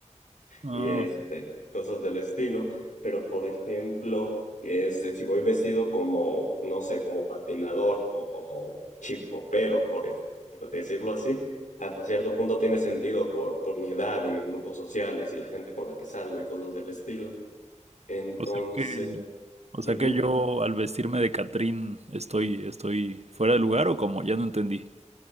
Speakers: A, on the right; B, on the left.
A: Ah,
B: Y este, cosas del estilo. Pero por ejemplo, este, si voy vestido como, no sé, como patinador o como chipopero, por, es- por decirlo así, hasta cierto punto tiene sentido por, por mi edad y mis grupos sociales y la gente con la que salgo y cosas del estilo. Entonces,
A: o sea que, o sea
B: ujú.
A: que yo al vestirme de Catrín estoy, estoy fuera de lugar o como, ya no entendí.